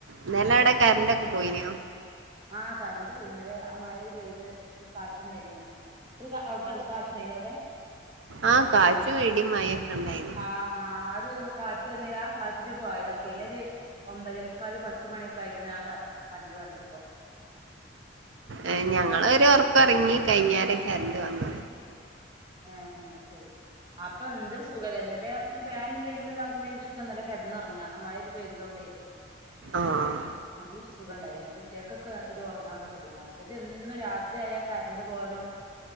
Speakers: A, on the right (about 75°); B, on the right (about 25°).
A: ഇന്നലെ അവിടെ കരറ്റൊക്കെ പോയിനോ
B: ആ കറണ്ട്റ് പോ ഇന്നലെ ആ മഴൽ പെയ്ത് കാറ്റുണ്ടായിനല്ലേ കടകാച്ചുണ്ടായേനെ അവിടെ
A: ആഹ് കാറ്റും ഇടിയും മഴൊക്കെ ഉണ്ടായിരുന്നു
B: ആഹ് ആഹ് ആര് കാറ്റ് വന്നേ ആ കാറ്റിന് പോയതാ പിന്നെരു ഒമ്പതേമുക്കാല് പത്ത് മണിയൊക്കെ കയിക്കണ ആ കറണ്ട് വന്നപ്പോ
A: ഏ ഞങ്ങളൊ രു ഉറക്കം ഒറങ്ങി കഴിഞ്ഞേരം കറണ്ട് വന്നു
B: ആഹ് ന്നാ ശരി അപ്പൊ എന്തൊരു സുഖല്ല ഇന്നലെ ഫാൻ ഇല്ലെങ്കിലും ഇതാക്കില്ലെങ്കിലൊക്കെ നന്നല്ല കിടന് ഉറങ്ങാം അമാതിരിപെയ്തത്കൊണ്ടേ <inaudible> <inaudible>
A: ആഹ്
B: നല്ലൊരു സുഖം ഉണ്ടായി കുട്ടികൾക്കൊക്കെ ഒരു ഉറങ്ങാൻ പറ്റി മറ്റേത് എന്നും രാത്രിയയാൽ കരണ്ട് പോലും